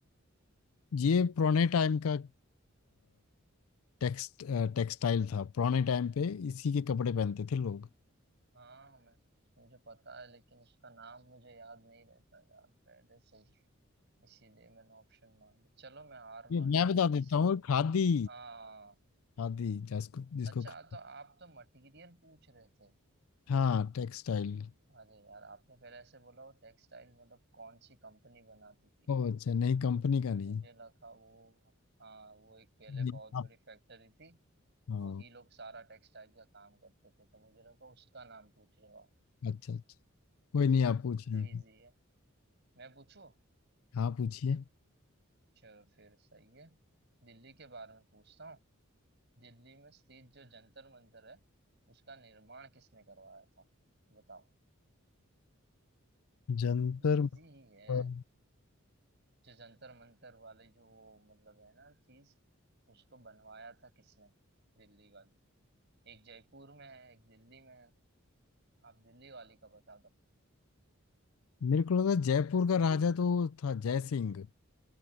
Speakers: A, on the left (about 80°); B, on the right (about 50°).
A: ये पुराने टाइम का टेक्स्ट टेक्सटाइल था पुराने टाइम पे इसी के कपड़े पहनते थे लोग
B: हाँ मैं मुझे पता है लेकिन उसका नाम मुझे याद नहीं रहता यार पहले से इसीलिए मैंने ऑप्शन मांगे चलो मैं हार मानता
A: ये मैं
B: हूँ
A: बता
B: मैं इस
A: देता हूँ खादी
B: हाँ
A: खादी जिसको जिसको
B: अच्छा
A: ख-
B: तो आप तो मटेरियल पूछ रहे थे
A: हाँ टेक्सटाइल
B: अरे यार आपने पहले ऐसे बोला वो टेक्सटाइल मतलब कौन सी कंपनी बनाती थी
A: ओ अच्छा नहीं कंपनी का
B: तो
A: नहीं
B: मुझे लगा वो हाँ वो एक पहले
A: ये
B: बहुत बड़ी
A: आप
B: फैक्ट्री थी वही
A: हाँ
B: लोग सारा टेक्सटाइल का काम करते थे तो मुझे लगा उसका नाम पूछ रहे हो आप
A: अच्छा अच्छा कोई नहीं आप
B: अरे
A: पूछिए
B: तो इजी है मैं पूछू
A: हाँ पूछिए
B: चलो फिर सही है दिल्ली के बारे में पूछता हूँ दिल्ली में स्थित जो जंतर मंतर है उसका निर्माण किसने करवाया था बताओ
A: जंतर
B: इजी
A: मंतर
B: ही है जो जंतर मंतर वाले जो वो मतलब है ना चीज उसको बनवाया था किसने दिल्ली वाली एक जयपुर में है एक दिल्ली में है आप दिल्ली वाली का बता दो
A: मेरे को लगा जयपुर का राजा तो था जय सिंह